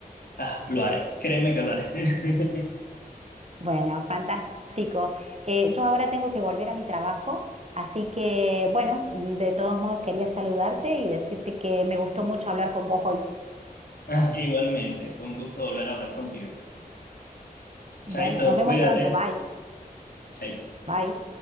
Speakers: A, on the left; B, on the right.
A: Ah, lo haré, créeme que lo haré. <laughs>
B: Bueno, fantástico. Eh, yo ahora tengo que volver a mi trabajo, así que bueno, de todos modos quería saludarte y decirte que me gustó mucho hablar con vos hoy.
A: Ah, igualmente, fue un gusto volver a hablar contigo.
B: Bueno,
A: Chaito,
B: nos vemos
A: cuídate.
B: pronto. Bye.
A: Chaito.
B: Bye.